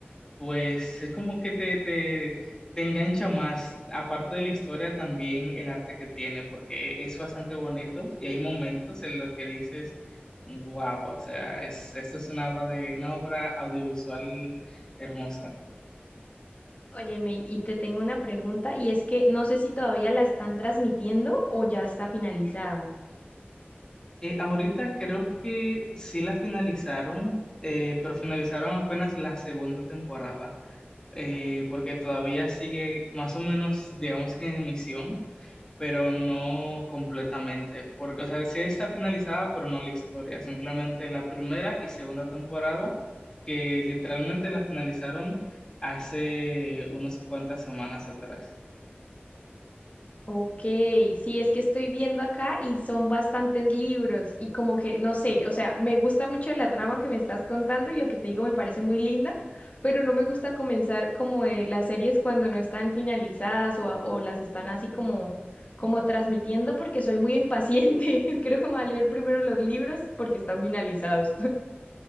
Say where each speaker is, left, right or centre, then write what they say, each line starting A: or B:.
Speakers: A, on the left (about 20°); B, on the left (about 35°).
A: Pues es como que te, te, te engancha más, aparte de la historia, también el arte que tiene, porque es bastante bonito y hay momentos en los que dices, wow, o sea, es, esto es una obra de, una obra audiovisual hermosa.
B: Óyeme, y te tengo una pregunta, y es que no sé si todavía la están transmitiendo o ya está finalizada.
A: Eh, ahorita creo que sí la finalizaron, eh, pero finalizaron apenas la segunda temporada, eh, porque todavía sigue más o menos, digamos que en emisión pero no completamente, porque, o sea, sí está finalizada, pero no la historia, simplemente la primera y segunda temporada, que literalmente la finalizaron hace unas cuantas semanas atrás.
B: Ok, sí, es que estoy viendo acá y son bastantes libros y como que, no sé, o sea, me gusta mucho la trama que me estás contando y lo que te digo me parece muy linda, pero no me gusta comenzar como eh, las series cuando no están finalizadas o, a- o las están así como, como transmitiendo porque soy muy impaciente. <laughs> Creo que me voy a leer primero los libros porque están finalizados.